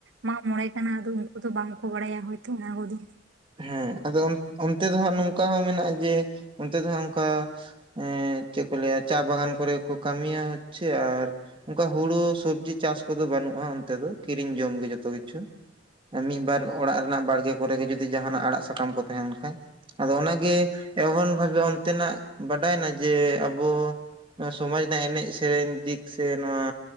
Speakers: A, on the right; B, on the right.
A: ᱢᱟᱜ ᱢᱚᱬᱮ ᱠᱟᱱᱟ ᱟᱫᱚ ᱩᱱᱠᱩ ᱫᱚ ᱵᱟᱝ ᱠᱚ ᱵᱟᱲᱟᱭᱟ ᱦᱚᱭᱛᱚ ᱚᱱᱟ ᱠᱚᱫᱚ᱾
B: ᱦᱮᱸ ᱟᱫᱚ ᱚᱱ ᱚᱱᱛᱮ ᱫᱚ ᱦᱟᱸᱜ ᱱᱚᱝᱠᱟ ᱦᱚᱸ ᱢᱮᱱᱟᱜᱼᱟ ᱡᱮ ᱚᱱᱛᱮ ᱫᱚᱦᱟᱸᱜ ᱚᱝᱠᱟ ᱦᱮᱸ ᱪᱮᱜ ᱠᱚ ᱞᱟᱹᱭᱟ ᱪᱟ ᱵᱟᱜᱟᱱ ᱠᱚᱨᱮ ᱠᱚ ᱠᱟᱹᱢᱤᱭᱟ ᱦᱚᱪᱷᱮ ᱟᱨ ᱚᱱᱠᱟ ᱦᱩᱲᱩ ᱥᱚᱵᱡᱤ ᱪᱟᱥ ᱠᱚᱫᱚ ᱵᱟᱹᱱᱩᱜᱼᱟ ᱚᱱᱛᱮ ᱫᱚ ᱠᱤᱨᱤᱧ ᱡᱚᱢᱜᱮ ᱡᱚᱛᱚ ᱠᱤᱪᱷᱩ᱾ ᱢᱤᱫᱵᱟᱨ ᱚᱲᱟᱜ ᱨᱮᱱᱟᱜ ᱵᱟᱲᱜᱮ ᱠᱚᱨᱮᱜᱮ ᱡᱚᱫᱤ ᱡᱟᱦᱟᱱᱟᱜ ᱟᱲᱟᱜ ᱥᱟᱠᱟᱢ ᱠᱚ ᱛᱮᱦᱮᱱ ᱠᱷᱟᱡ᱾ ᱟᱫᱚ ᱚᱱᱟᱜᱮ ᱮᱢᱚᱱ ᱵᱷᱟᱵᱮ ᱚᱱᱛᱮᱱᱟᱜ ᱵᱟᱰᱟᱭᱮᱱᱟ ᱡᱮ ᱟᱵᱚ ᱱᱚᱣᱟ ᱥᱚᱢᱟᱡᱽ ᱨᱮᱱᱟᱜ ᱮᱱᱮᱡ ᱥᱮᱨᱮᱧ ᱫᱤᱠ ᱥᱮ ᱱᱚᱣᱟ